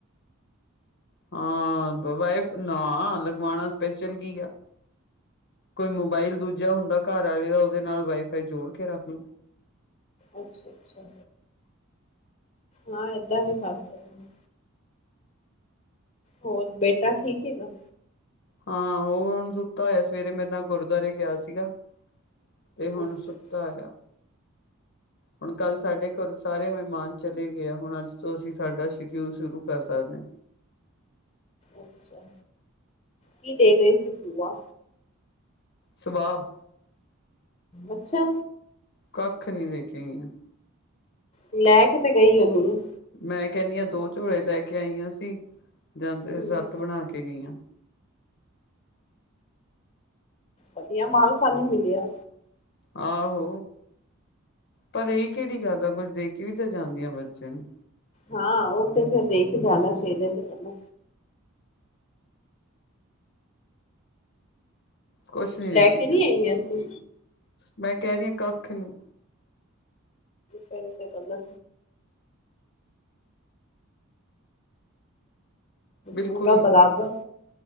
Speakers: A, on the left (about 55°); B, on the left (about 30°).
A: ਹਾਂ ਵਾਈਫ ਨਾ ਲਗਵਾਉਣਾ ਸਪੈਸ਼ਲ ਕੀ ਆ ਕੋਈ ਮੋਬਾਈਲ ਦੂਜਾ ਹੁੰਦਾ ਘਰ ਵਾਲੇ ਦਾ ਉਹਦੇ ਨਾਲ ਵਾਈਫਾਈ ਜੋੜ ਕੇ ਰੱਖ ਲੋ
B: ਅੱਛਾ-ਅੱਛਾ ਹਾਂ ਏਦਾਂ ਵੀ ਕਰ ਸਕਦੇ ਹੋਰ ਬੇਟਾ ਠੀਕ ਹੈਗਾ
A: ਹਾਂ ਉਹ ਹੁਣ ਸੁੱਤਾ ਹੋਇਆ ਸਵੇਰੇ ਮੇਰੇ ਨਾਲ ਗੁਰਦੁਆਰੇ ਗਿਆ ਸੀਗਾ। ਤੇ ਹੁਣ
B: ਅੱਛਾ
A: ਸੁੱਤਾ
B: ਅੱਛਾ
A: ਹੈਗਾ ਹੁਣ ਕੱਲ ਸਾਡੇ ਘਰੋਂ ਸਾਰੇ ਮਹਿਮਾਨ ਚਲੇ ਗਏ ਆ ਹੁਣ ਅੱਜ ਤੋਂ ਅਸੀਂ ਸਾਡਾ ਸ਼ਡਿਊਲ ਸ਼ੁਰੂ ਕਰ ਸਕਦੇ ਹਾਂ
B: ਅੱਛਾ ਕੀ ਦੇ ਗਏ ਸੀ ਪੂਆ
A: ਸਵਾਾਹ
B: ਅੱਛਾ
A: ਕੱਖ ਨਹੀਂੀ ਦੇਕੇਗਾਇਆ
B: ਲੈ ਕੇ ਤੇ ਗਈ ਉਹਨੀ
A: ਮੈਂ ਕਹਿੰਦੀ ਹ ਦੋ ਝੋਲੇੇ ਲੈ ਕੇ ਆਈਆਂ ਸੀ ਜਾਂਦੇ
B: ਹਮ
A: ਸੱਤ ਬਣਾ ਕੇ ਗਈਆਂ
B: ਵਧੀਆ ਮਾਲ ਖਾਲੀ ਮਿਲਿਆ
A: ਆਹੋ ਪਰ ਇਹ ਕਿਹੜੀ ਗੱਲ ਆ ਕੁੱਝ ਦੇ ਕੇ ਵੀ ਤਾਂ ਜਾਂਦੀ ਆ ਬੱਚੇ ਨੂੰ
B: ਹਾਂ ਉਹ ਤੇ ਫਿਰ ਦੇ ਕੇ ਜਾਣਾ ਸਵੇਰੇ ਤੇ ਕਰਨਾ
A: ਕੁਛ ਨੀ
B: ਲੈ
A: ਦੇਖੀਆਂ
B: ਕੇ ਨਹੀਂ ਆਈਆਂ ਸੀ
A: ਮੈਂ ਕਹਿ ਰਹੀ ਆ ਕੱਖ ਨੀ
B: ਤਾਂ ਕਰਦਾ
A: ਬਿਲਕੁਲ
B: ਪੂਰਾ
A: ਨੀ
B: ਬਰਾਬਰ